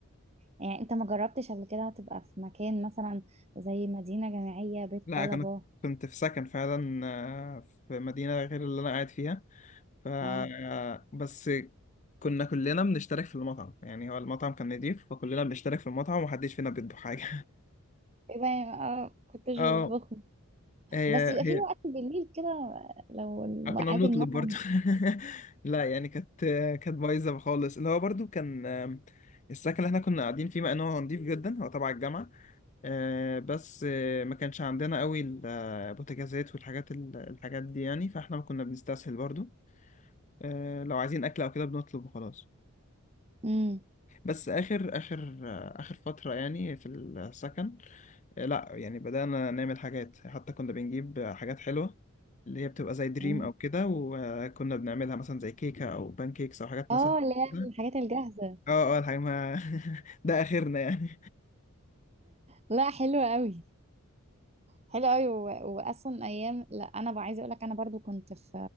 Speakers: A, on the right; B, on the left.
A: يعني أنت ما جربتش قبل كده تبقى في مكان مثلا زي مدينة جامعية بيت
B: لا
A: طلبة
B: كنت كنت في سكن فعلا آه، في مدينة غير اللي أنا قاعد فيها ف
A: اه
B: بس كنا كلنا بنشترك في المطعم يعني هو المطعم كان نضيف فكلنا بنشترك في المطعم ومحدش فينا بيطبخ حاجة
A: إيه بقى آه، كنتش
B: <laughs> اه
A: بتطبخ
B: هي
A: بس يبقى
B: هي
A: في وقت بالليل كده لو
B: آه، كنا
A: ميعاد
B: بنطلب
A: المطعم
B: برضو <laughs> لا يعني كانت كانت بايظة خالص اللي هو برضو كان آم، السكن اللي احنا كنا قاعدين فيه مع انه هو نضيف جدا هو تبع الجامعة آه، بس آه، ما كانش عندنا قوي البوتاجازات والحاجات ال- الحاجات دي يعني فاحنا ما كنا بنستسهل برضو آه، لو عايزين اكل او كده بنطلب وخلاص
A: امم
B: بس اخر اخر آه، اخر فترة يعني في السكن آه، لا يعني بدأنا نعمل حاجات حتى كنا بنجيب آه، حاجات حلوة اللي هي بتبقى زي دريم
A: أمم.
B: او كده وكنا بنعملها مثلا زي كيكة او بان كيكس او حاجات
A: اه
B: مثلا
A: اللي هي
B: كده
A: الحاجات الجاهزة
B: اه اه الحاجة ما <laughs> ده اخرنا يعني
A: لا حلوة قوي حلوة قوي و... واصلا ايام لا انا بقى عايزة اقول لك انا برضو كنت في